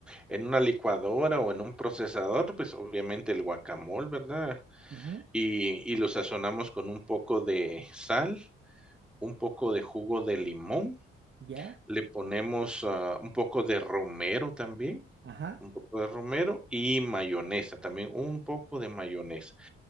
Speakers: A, in the centre; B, on the right.
A: en una licuadora o en un procesador, pues obviamente el guacamole, ¿verdad?
B: <laughs> Ujú,
A: Y, y lo sazonamos con un poco de sal, un poco de jugo de limón
B: Ya.
A: Le ponemos, ah, un poco de romero también,
B: Ajá.
A: un poco de romero y mayonesa, también un poco de mayonesa.